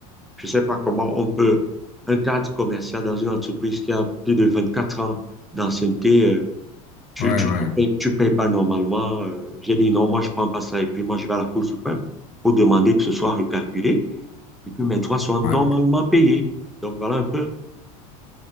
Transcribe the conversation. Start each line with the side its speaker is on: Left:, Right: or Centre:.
Centre: Je ne sais pas comment on peut, un cadre commercial dans une entreprise qui a plus de 24 ans d'ancienneté, euh, tu,
Left: Ouais,
Centre: tu,
Left: ouais.
Centre: tu payes, tu payes pas normalement. euh, j'ai dit non, moi je prends pas ça et puis moi je vais à la Cour suprême pour demander que ce soit recalculé et que mes droits soient normalement
Left: Ouais.
Centre: payés. Donc voilà un peu.